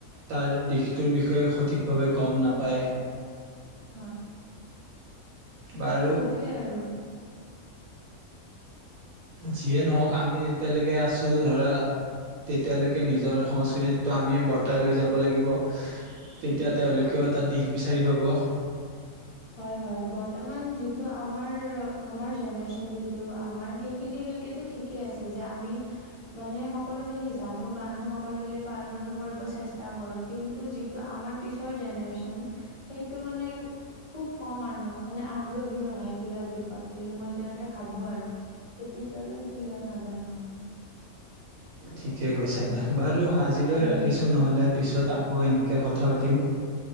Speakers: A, on the right; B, on the left.
A: তাৰ দিশটোৰ বিষয়ে সঠিকভাৱে গম নাপায়।
B: হয়।
A: বাৰু
B: সেইটোৱে আৰু
A: যিয়ে নহওক আমি যেতিয়ালৈকে আছোঁ ধৰা তেতিয়ালৈকে নিজৰ সংস্কৃতিটো আমিয়ে বৰ্তাই লৈ যাব লাগিব। তেতিয়া
B: উম,
A: তেওঁলোকেও এটা দিশ বিচাৰি পাব।
B: হয় হয় বৰ্তমান যিটো আমাৰ আমাৰ জেনেৰেচন যিটো আমাৰ সেইখিনিলৈকো ঠিকেই আছে যে আমি মানে সকলোখিনি জানো বা আমি সকলোখিনি পালনো কৰিব চেষ্টা কৰো কিন্তু যিটো আমাৰ পিছৰ জেনেৰেযন সেইটো মানে খুব কম আৰু মানে আগ্ৰহী নহয় এইবিলাক দিশত বুলি মই তেনেকে ভাবো আৰু তে পিছলৈ কি হয় নাজানো আৰু
A: ঠিকে কৈছা দিয়া বাৰু আজিলৈ
B: উম
A: ৰাখিছোঁ নহ'লে পিছত আকৌ এনেকৈ কথা পাতিম।